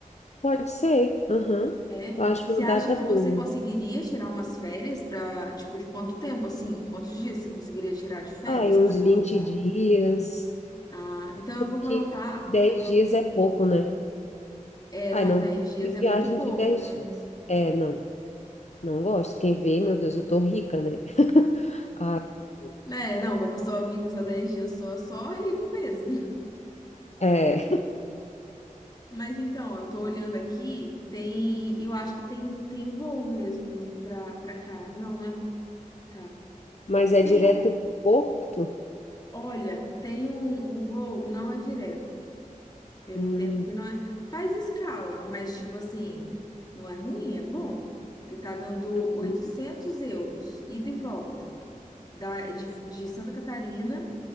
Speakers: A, on the left; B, on the left.
A: Pode ser. Aham.
B: é.
A: Eu acho
B: Você
A: uma
B: acha
A: data
B: que
A: boa.
B: você conseguiria tirar umas férias pra, tipo, de quanto tempo, assim? Quantos dias você conseguiria tirar de férias
A: Ah, e uns
B: pra você
A: vinte
B: vir?
A: dias.
B: Ah, então eu vou colocar.
A: que 10
B: eu-
A: dias é pouco, né?
B: é,
A: Ai,
B: não,
A: não,
B: 10
A: gosto
B: dias
A: de
B: é
A: viagem
B: muito pouco,
A: de 10
B: né?
A: dias. É, não, não gosto. Quem vê, meu Deus, eu tô rica, né? <laughs> Ai, Senhor.
B: É, não, pra pessoa vir passar 10 dias só, só rico mesmo.
A: É,
B: Mas então, ó, eu tô olhando aqui, tem, eu acho que tem, tem voo mesmo pra, pra cá. Não, não é pra, tá.
A: mas é
B: Tem,
A: direto pro Porto?
B: olha, tem um, um voo, não é direto, pelo
A: Hum,
B: tempo que não é, faz escala, mas tipo assim, não é ruim, é bom, porque tá dando
A: uhum.
B: 800 euros, ida e volta, da, de, de Santa Catarina